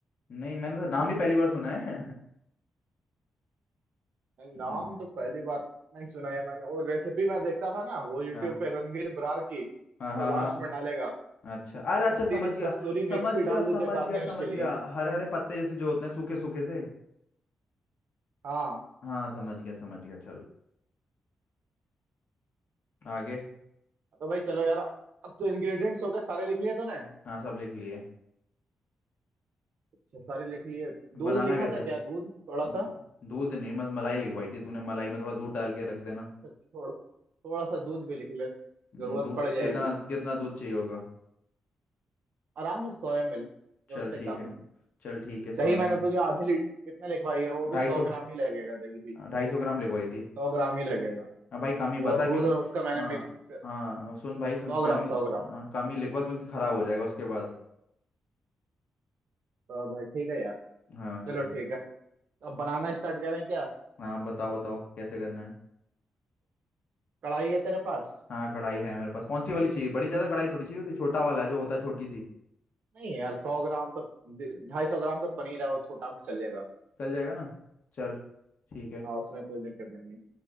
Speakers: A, on the left; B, on the right.
A: नहीं मैंने तो नाम ही पहली बार सुना है <laughs>
B: मैंने नाम
A: हम्म,
B: तो पहली बार नहीं सुना है मैंने और रेसिपी मैं देखता था ना वो यूट्यूब
A: हाँ
B: पे रणवीर बरार की तो
A: हाँ हाँ
B: लास्ट
A: हाँ
B: में डालेगा
A: अच्छा अरे अच्छा
B: कस्तूरी
A: समझ गया
B: कस्तूरी
A: समझ
B: मेथी
A: गया
B: डाल दीजिए
A: समझ
B: गार्निश
A: गया समझ
B: के
A: गया
B: लिए
A: हरे हरे पत्ते जैसे जो होते हैं सूखे सूखे से
B: हाँ
A: हाँ समझ गया समझ गया चल आगे
B: तो भाई चलो यार अब तो इंग्रेडिएंट्स हो गए सारे लिख लिए तूने
A: हाँ सब लिख लिए
B: अच्छा सारे लिख लिए दूध
A: बनाना
B: लिखा
A: कैसे
B: था क्या दूध थोड़ा
A: दू-
B: सा
A: दूध नहीं मत मलाई लिखवाई थी तूने मलाई में थोड़ा दूध डाल के रख देना
B: थोड़ा थोड़ा सा दूध भी लिख ले जरूरत
A: हम्म, दूध
B: पड़ जाएगी
A: कितना कितना दूध चाहिए होगा
B: आराम से सौ एम एल या
A: चल
B: उससे
A: ठीक
B: कम
A: है
B: ही
A: चल ठीक है सोयामन
B: दही मैंने तुझे आधे लीटर कितने लिखवाई है वो भी
A: ढाई
B: सौ
A: सौ
B: ग्राम ही लगेगा दही भी
A: ढाई सौ ग्राम लिखवाई थी
B: सौ ग्राम ही लगेगा
A: हाँ भाई कमी
B: वो
A: बता
B: दूध
A: क्यों
B: और उसका मैंने
A: हाँ
B: मिक्स कर,
A: हाँ सुन
B: सौ
A: भाई सुन
B: ग्राम
A: कमी हाँ,
B: सौ ग्राम
A: कमी लिखवा क्योंकि ख़राब हो जाएगा उसके बाद
B: तो भाई ठीक है यार
A: हाँ
B: चलो
A: चल
B: ठीक है अब बनाना स्टार्ट करें क्या
A: हाँ बताओ बताओ कैसे करना है
B: कढ़ाई है तेरे पास
A: हाँ कढ़ाई है मेरे पास कौन सी वाली चाहिए बड़ी ज़्यादा कढ़ाई थोड़ी चाहिए होती छोटा वाला है जो होता है छोटी सी
B: नहीं यार सौ ग्राम तो ढाई सौ ग्राम तो पनीर है वो छोटा भी चलेगा
A: चल जाएगा ना चल ठीक है
B: हाँ उसमें कोई दिक्कत नहीं है